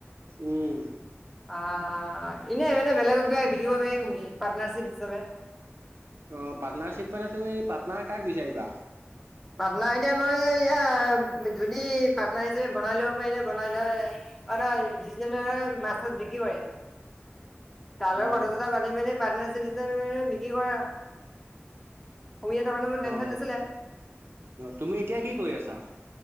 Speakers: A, on the right; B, in the centre.
A: উম।
B: অ এনেই মানে বেলেগক কিবা বিকিব পাৰিবি পাৰ্টনাৰশ্বিপ হিচাপে।
A: অ পাৰ্টনাৰশ্বিপ মানে তুমি পাৰ্টনাৰ কাক বিচাৰিবা?
B: পাৰ্টনাৰ এটা লই এয়া যদি পাৰ্টনাৰ হিচাপে বনাই ল'ব পাৰিলে বনাই লই আদায় অ যি মাছ পিছত বিক্ৰী কৰে, তাৰ
A: অ
B: লগত কথা চথা পাতি মেলি পাৰ্টনাৰশ্বিপ বিক্ৰী কৰা, কৰিব কাৰণে লোনচোন
A: অ
B: দিছিলে।
A: তুমি এতিয়া কি কৰি আছা?